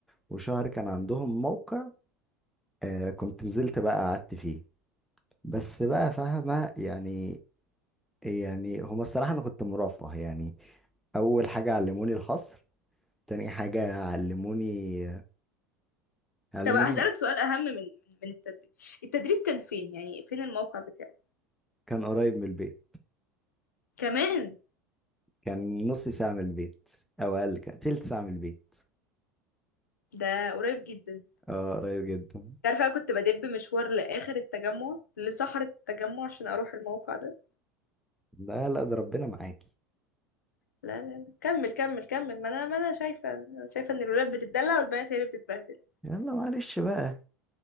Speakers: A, in the centre; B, on the left.
A: وشهر كان عندهم موقع آه، كنت نزلت بقى قعدت فيه بس بقى فاهمة يعني يعني هما الصراحة أنا كنت مرفه يعني أول حاجة علموني الحصر تاني حاجة علموني علموني
B: طب هسألك سؤال أهم من من التدريب التدريب كان فين يعني فين الموقع بتاعه
A: كان قريب من البيت
B: كمان
A: كان نص ساعة من البيت أو أقل كان تلت ساعة من البيت
B: ده قريب جدا
A: اه قريب جدا
B: تعرف أنا كنت بدب مشوار لآخر التجمع لصحراء التجمع عشان أروح الموقع ده
A: لا لا ده ربنا معاكي
B: لا لا لا كمل كمل كمل ما أنا ما أنا شايفة أنا شايفة إن الولاد بتتدلع والبنات هي اللي بتتبهدل
A: يلا معلش بقى